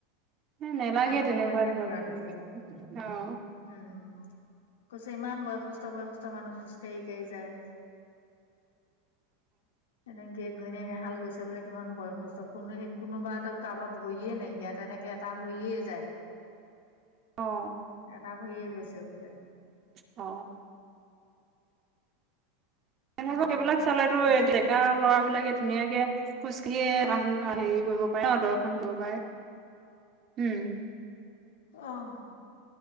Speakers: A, on the right (about 40°); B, on the left (about 80°).
A: হে নেলাগে
B: ডেকা মানুহ
A: তেনেকুৱা
B: বিলাকহে
A: প্ৰব্লেম
B: ঘোঁৰাত উঠি যায়
A: অ।
B: উম কৈছে ইমান বয়সস্থ বয়সস্থ মানুহ খোজ কাঢ়ি কাঢ়ি যায়। তেনেকে। গিৰিয়েক ঘৈণীয়েক এহাল গৈছে বোলে কিমান বয়সস্থ, কোনো হে কোনোবাটো কাৰোবাৰ ভৰিয়েই নাইকীয়া তেনেকে এটা ভৰিয়ে যায়।
A: অ
B: এটা ভৰিয়ে গৈছে বোলে।
A: অ এনেকৈ
B: আহ
A: সেইবিলাক চালেটো
B: কৈছে
A: এ ডেকা
B: সে
A: ল'ৰাবিলাকে ধুনীয়াকে খোজ কাঢ়ি এ হেৰি কৰিব পাৰে ন দৰ্শন কৰিব পাৰে উম।
B: অহ।